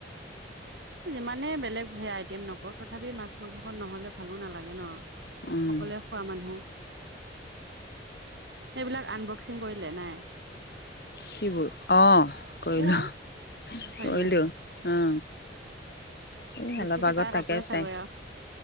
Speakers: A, on the right; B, on the left.
A: যিমানে বেলেগ আইটেম নকৰো তথাপি মাছ মাংসখন নহলে ভালো নালাগে ন
B: উম
A: সকলোৱে খোৱা মানুহ এইবিলাক আনবক্সিং কৰিলে নাই
B: কিবোৰ অঁ কৰিলোঁ
A: এয়া কৰিলে
B: কৰিলো অ এই
A: বেছিকে
B: অলপ আগত
A: তাৰ কাপোৰে
B: থাকে
A: চাগৈ
B: চাই
A: আৰু